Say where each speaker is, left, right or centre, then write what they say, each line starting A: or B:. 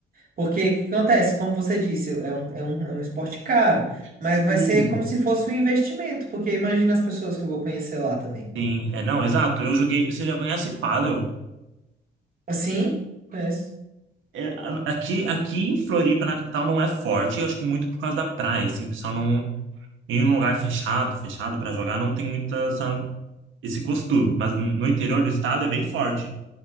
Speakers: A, on the right; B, on the right.
A: Porque o que acontece? Como você disse, é um, é um, é um esporte caro, mas
B: sim,
A: vai ser como se fosse um investimento, porque imagina as pessoas que eu vou conhecer lá também.
B: sim. É, não, exato. Eu joguei. Você já conhece pádel?
A: Assim? Conheço.
B: É, a- aqui, aqui em Floripa, na capital, não é forte. Eu acho que muito por causa da praia, assim, o pessoal não. em um lugar fechado, fechado para jogar, não tem muito essa, esse costume. Mas no interior do estado é bem forte.